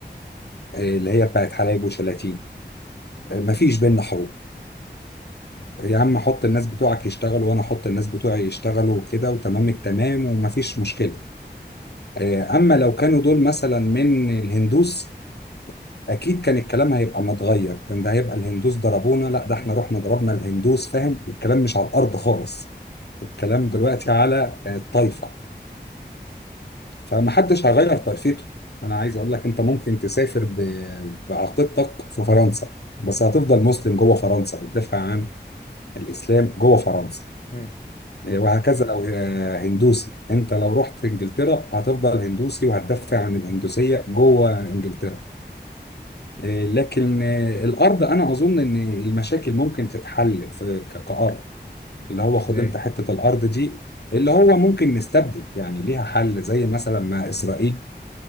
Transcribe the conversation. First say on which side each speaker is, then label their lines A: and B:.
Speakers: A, on the left; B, on the left.
A: آه، اللي هي بتاعت حلايب وشلاتين آه، مفيش بينا حروب يا عم حط الناس بتوعك يشتغلوا وانا احط الناس بتوعي يشتغلوا وكده وتمام التمام ومفيش مشكله آه، اما لو كانوا دول مثلا من الهندوس اكيد كان الكلام هيبقى متغير كان ده هيبقى الهندوس ضربونا لا ده
B: مم.
A: احنا رحنا ضربنا الهندوس فاهم الكلام مش على الارض خالص الكلام دلوقتي على آه، الطائفه فمحدش هيغير طائفته انا عايز اقول لك انت ممكن تسافر ب- بعقيدتك في فرنسا بس هتفضل مسلم جوه فرنسا بتدافع عن الاسلام جوه فرنسا
B: مم.
A: آه، وهكذا لو آه، هندوسي انت لو رحت انجلترا هتفضل هندوسي وهتدافع عن الهندوسيه جوه انجلترا آه، لكن آه، الارض انا اظن ان المشاكل ممكن تتحل في ك- كارض اللي هو
B: ازاي
A: خد انت حته الارض دي اللي هو ممكن نستبدل يعني ليها حل زي مثلا ما اسرائيل